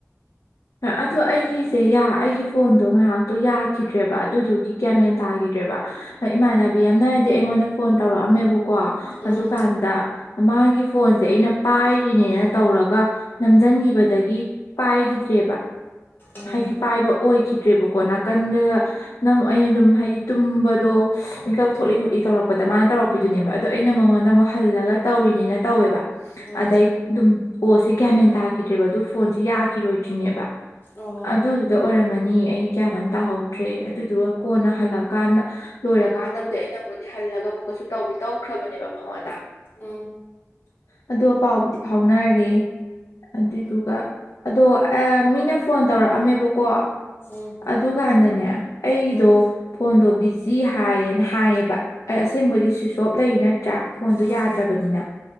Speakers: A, on the left; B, on the left.
A: ꯑꯗꯨꯣ ꯑꯩꯒꯤꯁꯦ ꯑꯩꯒꯤ ꯐꯣꯟꯗꯣ ꯉꯥꯏꯍꯥꯛꯇꯣ ꯌꯥꯈꯤꯗ꯭ꯔꯦꯕ ꯑꯗꯨꯗꯨꯒꯤ ꯒꯦꯃꯦꯟꯗꯥꯒꯤ ꯭ꯔꯦꯕ ꯏꯃꯥꯟꯅꯕꯤ ꯌꯥꯝꯅꯔꯗꯤ ꯑꯩꯉꯣꯟꯗ ꯐꯣꯟ ꯇꯧꯔꯛꯑꯝꯃꯦꯕ ꯀꯣ ꯑꯗꯨꯀꯥꯟꯗ
B: ꯎꯝ
A: ꯃꯥꯒꯤ ꯐꯣꯟꯁꯦ ꯑꯩꯅ ꯄꯥꯏꯔꯤꯅꯦꯅ ꯇꯧꯔꯒ ꯅꯝꯁꯤꯟꯈꯤꯕꯗꯒꯤ ꯄꯥꯏꯈꯤꯗ꯭ꯔꯦꯕ
B: ꯎꯝ
A: ꯍꯥꯏꯗꯤ ꯄꯥꯏꯕ ꯑꯣꯏꯈꯤꯗ ꯠꯇ꯭ꯔꯦꯕꯀꯣ ꯅꯥꯀꯟꯗꯨꯗ ꯅꯪ ꯑꯩꯅ ꯑꯗꯨꯝ ꯍꯥꯏꯗꯤ ꯇꯨꯝꯕꯗꯣ ꯃꯤꯀꯧ ꯊꯣꯛꯂꯤ ꯊꯣꯛꯣꯂꯤ ꯇꯧꯔꯛꯄꯗ ꯃꯥꯅ ꯇꯧꯔꯛꯄꯤꯗꯨꯅꯦꯕꯗꯣ ꯑꯩꯅ ꯃꯉꯣꯟꯗ ꯑꯃꯨꯛ ꯍꯜꯂꯒ ꯇꯧꯔꯤꯅꯦꯅ ꯇꯧꯋꯦꯕ
B: ꯎꯝ
A: ꯑꯗꯩ ꯑꯗꯨꯝ ꯀꯣꯁꯦ ꯁꯤ ꯒꯌꯥꯃꯦꯟ ꯇꯥꯈꯤꯗ꯭ꯔꯦꯕ ꯑꯗꯨ ꯐꯣꯟꯁꯤ ꯌꯥꯛ ꯭ꯔꯤꯅꯦꯕ
B: ꯑꯣ
A: ꯑꯗꯨꯗꯨꯗ ꯑꯣꯏꯔꯝꯃꯅꯤ ꯑꯩ ꯒ꯭ꯌꯥꯟ ꯑꯃ ꯇꯥꯍꯧꯗ꯭ꯔꯦ ꯑꯗꯨꯗꯨꯒ ꯀꯣꯟꯅ ꯍꯜꯂꯛꯀꯥꯟꯗ ꯂꯣꯏꯔꯀꯥꯟꯗꯕꯨꯗꯤ ꯑꯩꯅꯕꯨꯗꯤ ꯍꯜꯂꯒ ꯑꯃꯨꯛꯀ ꯇꯧꯈ꯭ꯔꯕꯅꯦꯕ ꯃꯉꯣꯟꯗ
B: ꯎꯝ
A: ꯑ ꯄꯥꯎꯕꯨꯗꯤ ꯐ ꯐꯥꯎꯅꯔꯦ ꯑꯗꯨꯏꯗꯨꯒ ꯑꯗꯣ ꯃꯤꯅ ꯐꯣꯟ ꯇꯧꯔꯛꯑꯝꯃꯦꯕꯀꯣ
B: ꯎꯝ
A: ꯑꯗꯨꯀꯥꯟꯗꯅꯦ ꯑꯩꯗꯣ
B: ꯎꯝ
A: ꯐꯣꯟꯗꯣ ꯕꯤꯖꯤ ꯍꯥꯏꯌꯦꯅ ꯍꯥꯏꯌꯦꯕ ꯑꯩ ꯑꯁꯦꯡꯕꯗꯤ ꯁ꯭ꯋꯤꯤꯁ ꯑꯣꯐ ꯂꯩꯔꯤꯅ ꯅꯠꯇ꯭ꯔꯥ ꯐꯣꯟꯗꯨ
B: ꯎꯝ
A: ꯌꯥꯗ꯭ꯔꯕꯅꯤꯅ